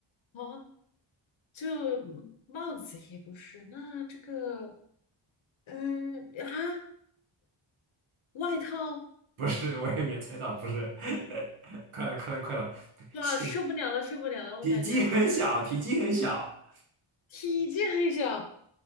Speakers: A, on the left; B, on the right.
A: 哦，就帽子也不是，那这个，嗯啊，外套
B: <laughs> 不是，我也也猜到，不是，<laughs> 快了，快了，快了，
A: 啊，
B: 体
A: 受不了了，受不了了，我感觉
B: 体积很小，体积很小
A: 体积很小，